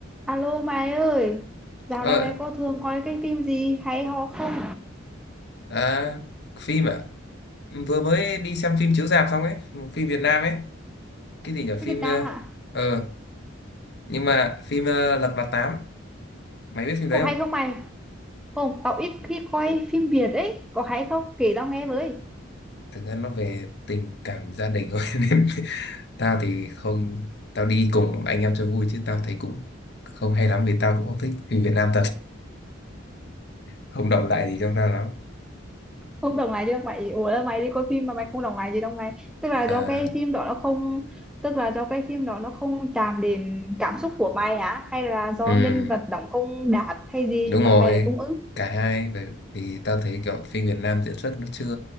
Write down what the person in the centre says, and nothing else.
Alo mày ơi, dạo
này mày có thường coi cái phim gì hay ho không?
cái Việt Nam
hả?
Có
hay không mày? Không, tao ít khi coi phim Việt ấy, có hay không? Kể tao nghe với.
Không đồng lại gì đâu mày, ủa là mày đi coi phim mà mày không đồng lại gì đâu mày. Tức là do
cái phim đó nó không, tức là do cái phim đó nó không chạm đến cảm xúc của mày hả? Hay là do
nhân vật đóng không đạt hay gì
mà mày lại không ứng?